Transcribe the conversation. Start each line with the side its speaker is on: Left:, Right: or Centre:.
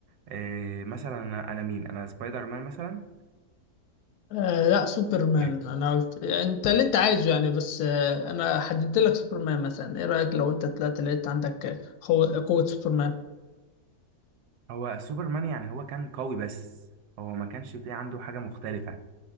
Right: آه، مثلا انا أنا مين انا سبايدر مان مثلا
Left: آه لا سوبرمان
Right: Yeah.
Left: انا قلت يعني انت اللي انت عايزه يعني بس آه انا حددت لك سوبرمان مثلا ايه رأيك لو انت طلعت لقيت عندك آه، قوة قوة سوبرمان
Right: هو سوبرمان يعني هو كان قوي بس هو ما كانش فيه عنده حاجة مختلفة